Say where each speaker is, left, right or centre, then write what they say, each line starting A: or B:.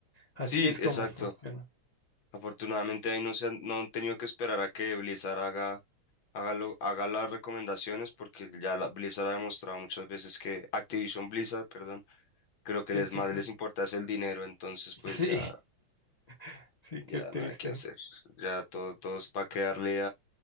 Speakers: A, on the left; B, on the left.
A: así
B: Sí,
A: es
B: exacto.
A: como funciona.
B: Afortunadamente ahí no se han, no han tenido que esperar a que Blizzard haga, haga, lo- haga las recomendaciones porque ya la, Blizzard ha demostrado muchas veces que Activision Blizzard, perdón, que lo que
A: Sí,
B: les
A: sí,
B: más
A: sí.
B: les importa es el dinero, entonces pues
A: Sí,
B: ya,
A: <laughs> sí,
B: ya
A: qué triste.
B: nada que hacer. Ya todo, todo es para quedarle